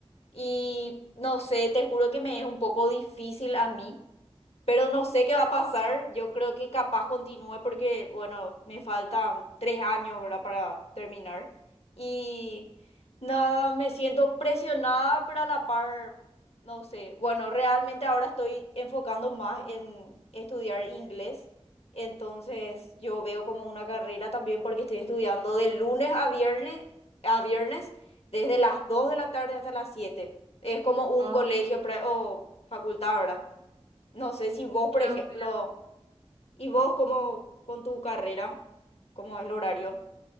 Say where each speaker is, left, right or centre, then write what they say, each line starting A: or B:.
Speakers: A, on the left; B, on the right.
A: Y no sé, te juro que me es un poco difícil a mí pero no sé qué va a pasar. Yo creo que capaz continúe porque, bueno, me faltan tres años, ¿verdad? Para terminar. Y nada, me siento presionada, pero a la par, no sé. Bueno, realmente ahora estoy enfocando más en estudiar inglés. Entonces yo veo como una carrera también porque estoy estudiando de lunes a viernes, a viernes, desde las 2 de la tarde hasta las siete Es como un
B: Ah,
A: colegio pre- o facultad, ¿verdad? No sé si vos,
B: Dios
A: por ejemplo,
B: mío,
A: y vos cómo con tu carrera, cómo es el horario.